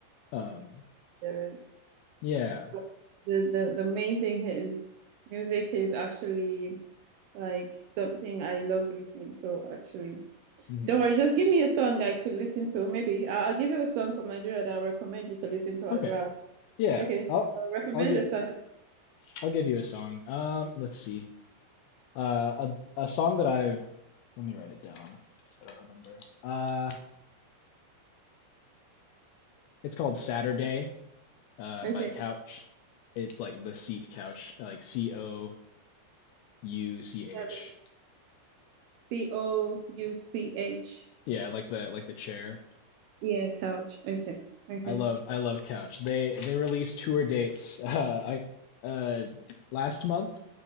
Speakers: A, on the left (about 75°); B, on the right (about 75°).
A: Um,
B: Yeah.
A: yeah.
B: But The, the the main thing is Music is actually like something I love listening to. Actually,
A: hmm
B: don't worry, just give me a song I could listen to. Maybe I- I'll give you a song from Nigeria that I recommend you to listen to
A: Okay.
B: as well.
A: Yeah.
B: Okay,
A: I'll
B: I'll recommend
A: I'll give
B: a song.
A: I'll give you a song. Um, let's see. Uh, a a song that I've let me write it down. so I don't remember. Uh, It's called Saturday uh,
B: Okay.
A: by Couch. It's like the seat couch, like C O U C H.
B: Couch. C O U C H.
A: Yeah, like the like the chair.
B: Yeah, couch. Okay. Okay.
A: I love I love Couch. They they released tour dates <laughs> uh, I, uh, last month,